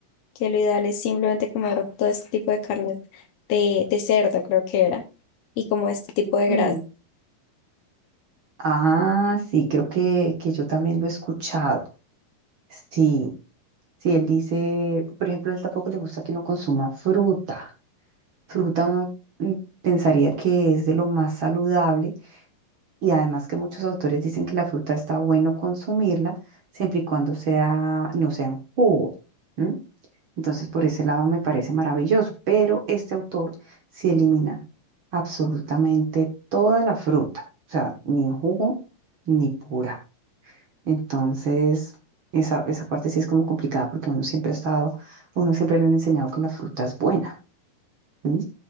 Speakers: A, on the left; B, on the right.
A: que lo ideal es simplemente comer todo este tipo de carnes de, de cerdo, creo que era, y como este tipo de
B: ¿m?
A: grasa.
B: Ah, sí, creo que, que yo también lo he escuchado. Sí, sí, él dice, por ejemplo, a él tampoco le gusta que uno consuma fruta. Fruta uno mm, pensaría que es de lo más saludable y además que muchos autores dicen que la fruta está bueno consumirla siempre y cuando sea, no sea en jugo. ¿m? Entonces, por ese lado me parece maravilloso, pero este autor sí elimina absolutamente toda la fruta, o sea, ni en jugo ni pura. Entonces, esa, esa parte sí es como complicada porque uno siempre ha estado, uno siempre le han enseñado que la fruta es buena. ¿m?